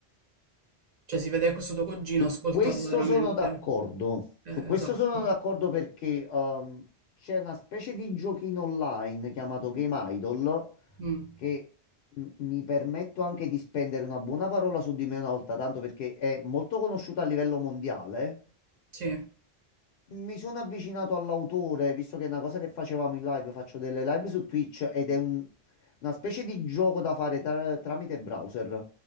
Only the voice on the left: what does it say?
Su
questo
sono d'accordo.
Su questo
sono d'accordo perché ehm, c'è una specie di giochino online chiamato Game Idol
che m- mi permetto anche di spendere una buona parola su di me una volta tanto perché è molto conosciuta a livello mondiale.
Mi sono avvicinato all'autore, visto che è una cosa che facevamo in live, faccio delle live su Twitch ed è un- una specie di gioco da fare tra- tramite browser.